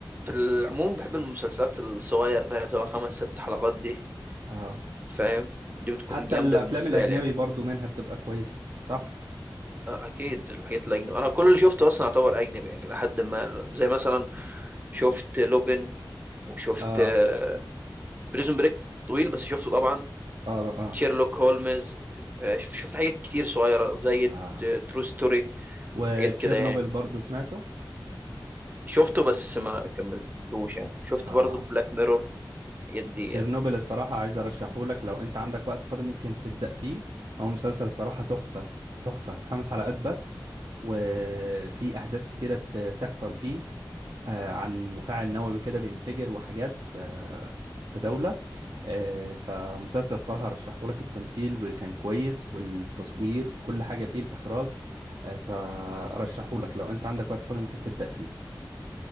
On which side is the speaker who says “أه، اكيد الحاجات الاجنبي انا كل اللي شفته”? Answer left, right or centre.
Right